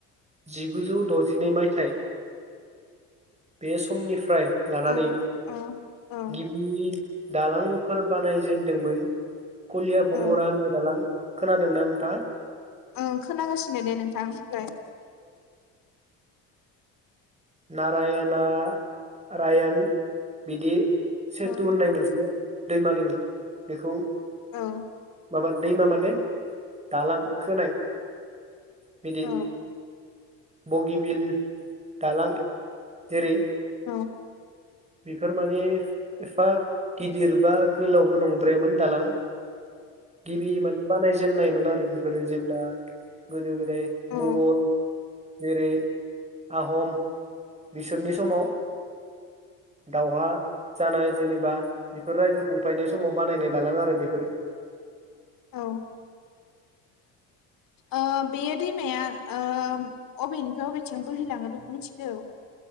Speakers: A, on the right (about 20°); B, on the left (about 65°).
A: जिगुजौ दजिनै मायथाइ बे समनिफ्राय लानानै
B: औ औ औ
A: गिबि दालांफोर बानायजेनदोंमोन। कलिया भुमुरा
B: औ
A: होननाय दालां। खोनादोंना नोंथाङा?
B: ओं खोनागासिनो दे नोंथां बुंलाय।
A: नारायाना रायण बिदि। सेटु
B: औ
A: होननाय मोनसे दैमा दोङो बेखौ
B: औ
A: माबा दैमा माने ने दालां खोनाय बिदि
B: औ
A: बगिबिल दालां जेरै
B: औ।
A: बेफोर माने एफा गिदिर बा गोलावबो नंद्रायामोन दालां गिबि माने बानायजेननायमोन आरो बेफोरो जेब्ला गोदो गोदाय
B: औ
A: मुगल जेरै आहम बिसोरनि समाव दावहा जानाय जेनेबा बेफोर रायजो खुंफायनाय समाव बानायनाय दालां आरो बेफोरो।
B: औ ओ बेयो दैमाया ओ अबेनिफाय अबेथिं बोहैलाङो बेखौ मिथिगौ